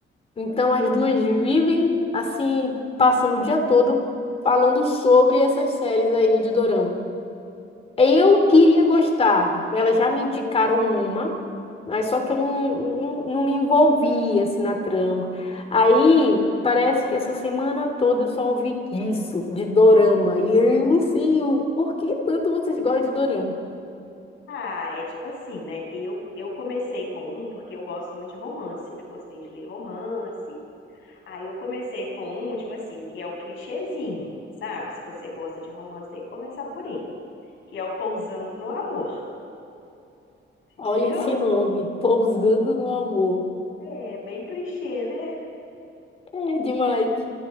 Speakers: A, on the left (about 30°); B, on the left (about 70°).
A: Então as duas vivem
B: E
A: assim, passando o dia todo falando sobre essas séries aí de dorama. Eu
B: foi-
A: queria gostar. Elas já me indicaram uma, mas só que eu não, não, não me envolvi assim na trama. Aí parece que essa semana toda eu só ouvi disso, de dorama. E eu não sei o por que tanto vocês gostam de dorama.
B: Ah, é tipo assim, né? Eu, eu comecei com um porque eu gosto muito de romance, sempre gostei de ler romance. Aí eu comecei com um, tipo assim, que é o clichêzinho, sabe? Se você gosta de romance, tem que começar por ele, que é o Pousando no Amor, <laughs> entendeu?
A: Olha esse nome, Pousando no Amor.
B: É bem clichê, né?
A: É demais.